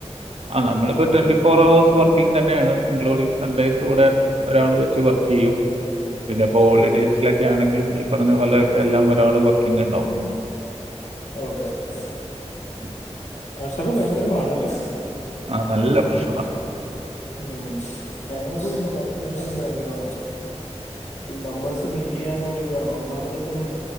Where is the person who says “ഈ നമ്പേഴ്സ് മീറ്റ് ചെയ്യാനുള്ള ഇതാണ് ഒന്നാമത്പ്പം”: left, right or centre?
Left